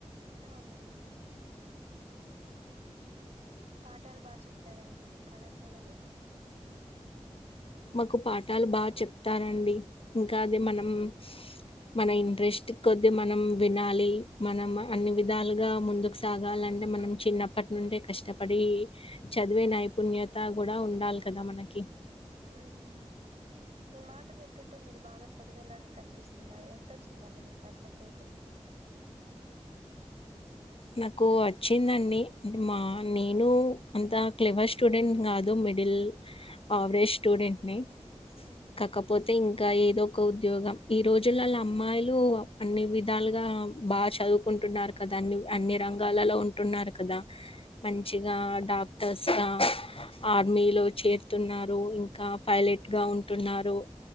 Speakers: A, on the right (about 70°); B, on the left (about 55°).
A: అవునండి పాఠాలు బాగా చెప్తారా అండి మీ కళాశాలలో
B: మాకు పాఠాలు బాగా చెప్తారండి ఇంకా అది మనం మన ఇంట్రెస్ట్ కద్ది మనం వినాలి మనం అన్ని విధాలుగా ముందుకు సాగాలని అంటే మనం చిన్నప్పటి నుండే కష్టపడి చదివే నైపుణ్యత గూడా ఉండాలి కదా మనకి ఇ
A: హ్మ్. మీ మాటలు వింటుంటే మీరు బాగా చదివ వెళ్ళాల కనిపిస్తున్నారు ఎంతొచ్చిందండి మీకు పర్సంటేజ్ <inaudible>
B: నాకు వచ్చిందండి మా నేను అంత క్లివర్ స్టూడెంట్ కాదు మిడిల్ ఆవరేజ్ స్టూడెంట్ని
A: హ్మ్.
B: కాకపోతే ఇంకా ఏదో ఒక ఉద్యోగం ఈ రోజులలా అమ్మాయిలు అన్ని విధాలుగా బాగా చదువుకుంటున్నారు కదా అన్ని అన్ని రంగాలలో ఉంటున్నారు కదా మంచిగా డాక్టర్స్ గా ఆర్మీ లో చేరుతున్నారు ఇంకా పైలట్
A: హ్మ్.
B: గా ఉ ఉంటున్నారూ